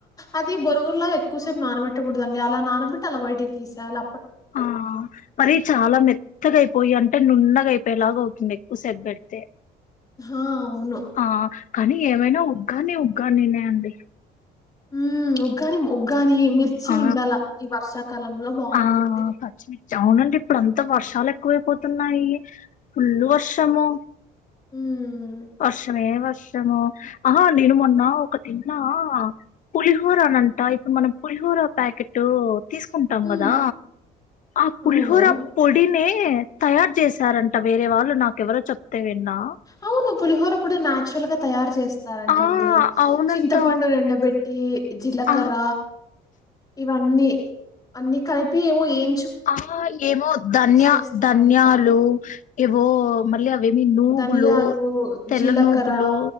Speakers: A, on the left; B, on the left.
A: అది బొరుగుల్ల ఎక్కువ సేప్ నాన్నబె పెట్టకూడదండి అలా నానబట్టి అలా బయటకి తీసేయాల
B: ఆ మరి చాలా మెత్తగాయిపోయంటే నున్నగా అయిపోయేలాగ అవుతుంది ఎక్కువ సేపెడితే
A: ఆ అవును
B: ఆ కానీ ఏమైనా ఉగ్గానీ ఉగ్గానీనే అండి
A: ఉమ్ ఉగ్గాని ఉగ్గానియే మిర్చి
B: ఆ
A: ఉండాల ఈ వర్ష కలంలో బావుంటుంది
B: ఆ పచ్చిమిర్చి అవునండి ఇప్పుడు అంతా వర్షాలు ఎక్కువైపోతున్నాయి ఫుల్లు వర్షము
A: ఉమ్
B: వర్షమే వ ర్షము ఆహా నేను మొన్న ఒక తిన్నా పులిహోర నంట ఇప్పుడు మనం పులిహోర ప్యాకెట్ తీసుకుంటాం
A: మ్మ్
B: కదా ఆ పులిహోర
A: అవును
B: పొడినే యే తయారు చేసారంట వేరే వాళ్ళు నాకు ఎవరో చెప్ తే విన్నా
A: అవును పులిహోర కూడా నాచురల్ గా తయారు చేస్ స్తారంటండి
B: ఆ అవునంట
A: చింతపండు ఎండబెట్టి జీలకర్ర
B: ఆ
A: ఇవన్నీ అన్ని కలిపి ఏమో ఏం
B: ఆ ఏమో ధన్యా
A: చేస్తారంట
B: ధన్యాలు ఏవో మళ్ళీ అవేమి నూగులు
A: ధనియాలు
B: తెల్ల
A: జీలకర్ర
B: నూగులు